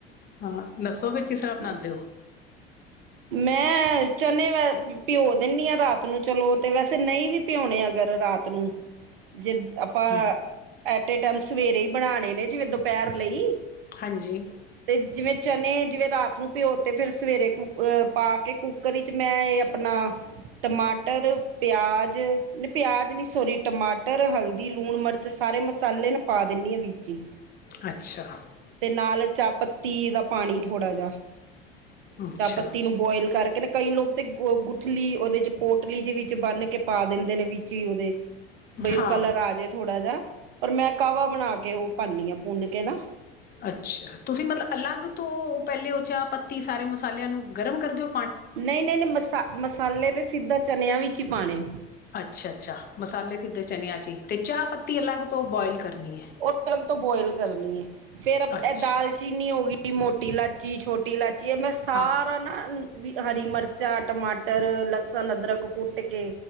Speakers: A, on the left (about 30°); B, on the right (about 60°).
A: ਹਾਂ। ਦੱਸੋ
B: ਹਾਂ।
A: ਫੇਰ ਕਿਸ ਤਰ੍ਹਾਂ ਬਣਾਉਂਦੇ ਓ।
B: ਮੈਂ, ਚਨੇ ਵ ਭਓ ਦੇਨੀ ਆਂ ਰਾਤ ਨੂੰ ਚਨੇ ਤੇ ਵੈਸੇ ਨਈ ਵੀ ਭਓਨੇ ਅਗਰ ਰਾਤ ਨੂੰ ਜੇ ਆਪਾਂ,
A: ਹ
B: ਐਟੇ ਟੈਮ ਸਵੇਰੇ ਈ ਬਣਾਨੇ ਨੇ ਜਿਵੇਂ ਦੋਪੈਰ ਲਈ
A: ਹਾਂਜੀ।
B: ਤੇ ਜਿਵੇਂ ਚਨੇ, ਜਿਵੇਂ ਰਾਤ ਨੂੰ ਪਓ ਤੇ ਫੇਰ ਸਵੇਰੇ ਕੁ ਅ ਪਾ ਕੇ ਕੁੱਕਰ ਵਿੱਚ ਮੈਂ ਏ ਆਪਨਾ। ਟਮਾਟਰ, ਪਆਜ, ਨੀ ਪਆਜ ਨੀ ਸੋਰੀ, ਟਮਾਟਰ, ਹਲਦੀ, ਲੂਣ, ਮਰਚ ਸਾਰੇ ਮਸਾਲੇ ਨਾ ਪਾ ਦੇਨੀ ਆ ਵਿੱਚ ਈ।
A: ਅੱਛਾ।
B: ਤੇ ਨਾਲ ਚਾਹ ਪੱਤੀ ਦਾ ਪਾਨੀ ਥੋੜਾ ਜਾ।
A: ਅੱਛਾ
B: ਚਾਹਪੱਤੀ ਨੂੰ ਬੋਅਲ ਕਰਕੇ ਨਾ ਕਈ ਲੋਕ ਤੇ ਗੁਠਲੀ ਉਹਦੇ ਚ' ਪੋਟਲੀ ਦੇ ਵਿੱਚ ਬੰਨ ਕੇ ਪਾ ਦਿੰਦੇ ਨੇ ਵਿੱਚ ਹੀ ਉਹਦੇ। ਬਈ ਉਹ
A: ਹਾਂ
B: ਕਲਰ ਆ ਜੇ ਥੋੜ੍ਹਾ ਜਿਹਾ। ਪਰ ਮੈਂ ਕਾਹਵਾ ਬਣਾ ਕੇ ਉਹ ਪਾਂਨੀ ਆ ਭੁੰਨ ਕੇ ਨਾ।
A: ਅੱਛਾ। ਤੁਸੀਂ ਮਤਲਬ ਅਲੱਗ ਤੋਂ ਪਹਿਲੇ ਉਹ ਚਾਹ ਪੱਤੀ ਸਾਰੇ ਮਸਾਲਿਆਂ ਨੂੰ ਗਰਮ ਕਰ ਦੇੳ।
B: ਨਹੀਂ- ਨਹੀਂ -ਨਹੀਂ ਮਸਾ -ਮਸਾਲੇ ਤੇ ਸਿੱਧਾ ਚਨਿਆਂ ਵਿੱਚ ਹੀ ਪਾਣੇ।
A: ਅੱਛਾ, ਅੱਛਾ ਮਸਾਲੇ ਸਿੱਧੇ ਚਨੇਆਂ ਚ' ਈ। ਤੇ ਚਾਹ ਪੱਤੀ ਅਲੱਗ ਤੋ ਬੋਅਲ ਕਰਨੀ ਏ।
B: ਓ ਅਲੱਗ ਤੋ ਬੋਅਲ ਕਰਨੀ ਆ। ਫੇਰ
A: ਅੱਛਾ
B: ਏ ਦਾਲ ਚੀ ਕਿੰਨੀ ਹੋਗੀ ਮੋਟੀ ਲਾਚੀ, ਛੋਟੀ ਲਾਚੀ, ਏ ਮੈਂ ਸਾਰਾ
A: ਹਾਂ
B: ਨਾ ਵੀ ਹਰੀ ਮਰਚਾ, ਟਮਾਟਰ, ਲਸਨ, ਅਦਰਕ, ਕੁੱਟ ਕੇ